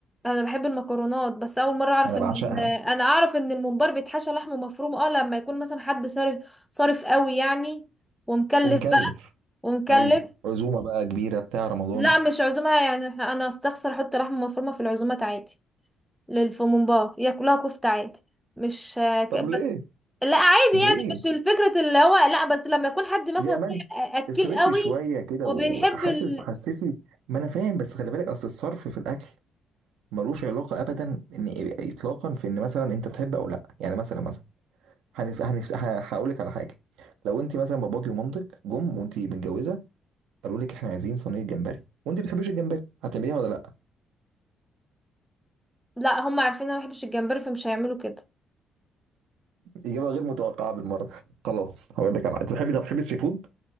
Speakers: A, in the centre; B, on the right (about 85°).
A: انا بحب المكرونات بس اول مرة اعرف
B: انا
A: ان
B: بعشقها
A: ال- انا اعرف ان الممبار بيتحشى لحمه مفروم اه لما يكون مثلا حد صارف صارف قوي يعني ومكلف
B: ومكلف
A: بقى ومكلف
B: ايوه عزومه بقى كبيره بتاع رمضان
A: لا مش عزومة يعني انا استخسر احط لحمه مفرومة في العزومات عادي للفومبار ياكلوها كفتة عادي مش آه، ك-
B: طب
A: بس
B: ليه
A: لا عادي
B: ليه
A: يعني مش الفكرة اللي هو لا بس لما يكون حد مثلا
B: يا من
A: صاحب اكل
B: اصرفي
A: قوي
B: شويه كده
A: وبيحب
B: وحاسس
A: ال...
B: حسسي ما انا فاهم بس خلي بالك اصل الصرف في الاكل ملوش علاقه ابدا ان اطلاقا في ان مثلا انت تحب او لا يعني مثلا مثلا هنف... هنف... هقول لك على حاجه لو انت مثلا باباكي ومامتك جم وانت متجوزه قالوا لك احنا عايزين صينيه جمبري وانت بتحبيش الجمبري هتعمليها ولا لا
A: لا هم عارفين انا ما بحبش الجمبري فمش هيعملوا كده
B: اجابه غير متوقعه بالمره خلاص هقول لك على انت بتحبي طب بتحبي السي فود